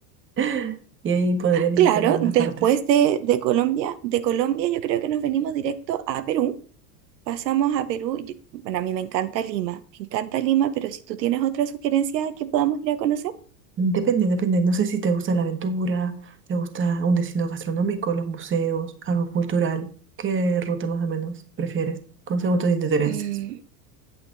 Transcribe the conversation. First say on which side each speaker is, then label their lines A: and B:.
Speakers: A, on the right (about 25°); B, on the right (about 80°).
A: <laughs> Y ahí podrías visitar
B: Claro,
A: algunas
B: después
A: partes.
B: de, de Colombia, de Colombia yo creo que nos venimos directo a Perú. Pasamos a Perú. yo- bueno, a mí me encanta Lima, me encanta Lima, pero si tú tienes otra sugerencia que podamos ir a conocer,
A: Depende, depende. No sé si te gusta la aventura, te gusta un destino gastronómico, los museos, algo cultural. ¿Qué ruta más o menos prefieres? Con según tus intereses.
B: Mm,